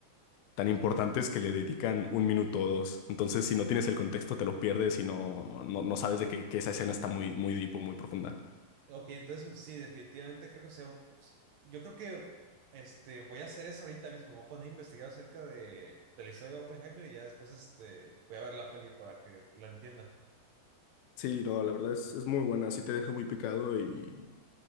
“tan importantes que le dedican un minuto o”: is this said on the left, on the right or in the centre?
Left